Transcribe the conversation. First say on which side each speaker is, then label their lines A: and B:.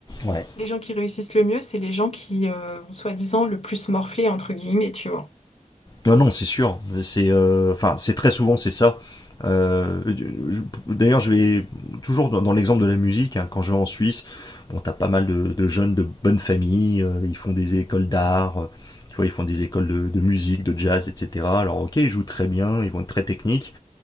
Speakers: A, on the left (about 30°); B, on the left (about 50°).
A: Ouais.
B: Les gens qui réussissent le mieux, c'est les gens qui euh, ont soi-disant le plus morflé, entre guillemets, tu vois.
A: Non, non, c'est sûr. C'est, euh, enfin, c'est très souvent c'est ça. Euh, je- D'ailleurs, je vais toujours dans dans l'exemple de la musique. hein, quand je vais en Suisse, bon, t'as pas mal de, de jeunes de bonnes familles. euh, ils font des écoles d'art. euh, tu vois, ils font des écoles de, de musique, de jazz, etc. Alors, ok, ils jouent très bien, ils vont être très techniques,